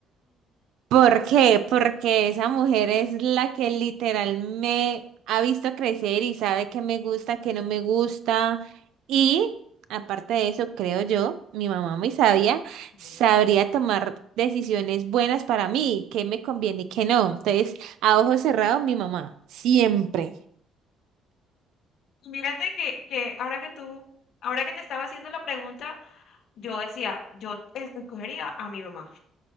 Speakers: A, on the right; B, on the left.
A: ¿Por qué? Porque esa mujer es la que literal me ha visto crecer y sabe qué me gusta, qué no me gusta. Y aparte de eso, creo yo, mi mamá muy sabia, sabría
B: Ujú.
A: tomar decisiones buenas para mí, qué me conviene y qué no. Entonces, a ojo cerrado, mi mamá, siempre.
B: Mírate que, que ahora que tú, ahora que te estaba haciendo la pregunta, yo decía, yo es- escogería a mi mamá.